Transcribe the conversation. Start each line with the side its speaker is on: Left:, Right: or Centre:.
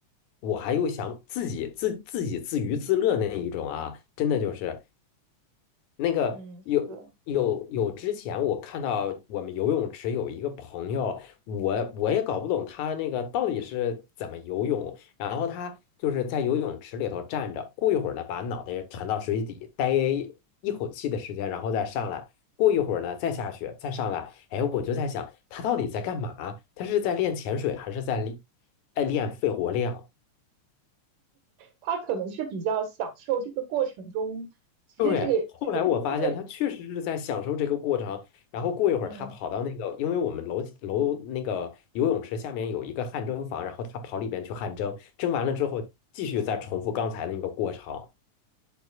Left: 我还又想自己自自己自娱自乐那一种啊，真的就是。那个有有有，
Right: 嗯，是的。
Left: 之前我看到我们游泳池有一个朋友，我我也搞不懂他那个到底是怎么游泳，然后他就是在游泳池里头站着，过一会儿呢，把脑袋沉到水底，待一口气的时间，然后再上来，过一会儿呢，再下去，再上来。哎，我就在想，他到底在干嘛？他是在练潜水，还是在练，哎，练肺活量？
Right: 他可能是比较享受这个过程中，其实这个这个这个，
Left: 对，后来我发现他确实是在享受这个过程，然后过一会儿他跑到那个，
Right: 嗯，
Left: 因为我们楼楼那个游泳池下面有一个汗蒸房，然后他跑里边去汗蒸，蒸完了之后继续再重复刚才那个过程。